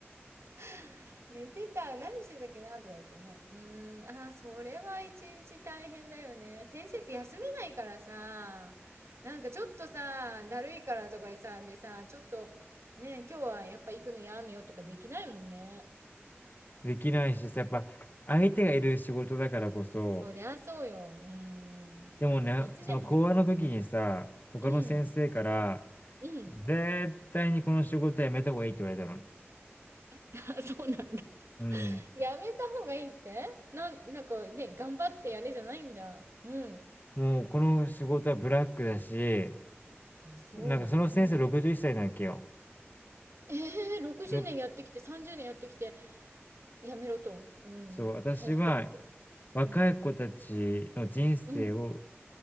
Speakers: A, on the right; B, on the left.
A: <laughs> 寝てた何してたっけなとか言ってねうーんあーそれは一日大変だよね先生って休めないからさなんかちょっとさだるいからとかでさでさちょっとね今日はやっぱ行くのやめようとかできないもんね
B: できないしさ、やっぱ相手がいる仕事だからこそ、
A: そりゃそうようーんいつでもうん
B: でもね、その講話の時にさ、他の先生から、
A: うんうん
B: 絶対にこの仕事はやめた方がいいって言われたの。
A: <laughs> あそうなんだ
B: うん。
A: やめた方がいいってなん、なんかね、頑張ってやれじゃないんだ。うん。
B: もうこの仕事はブラックだし、
A: あ、そう。
B: なんかその先生61歳なわけよ。
A: うん。ええ60年やってきて、
B: ろ
A: 30年やってきて、やめろと。うん。
B: そう、私は
A: 大変だぞと。
B: 若い子たちの人生を、
A: うん。うん。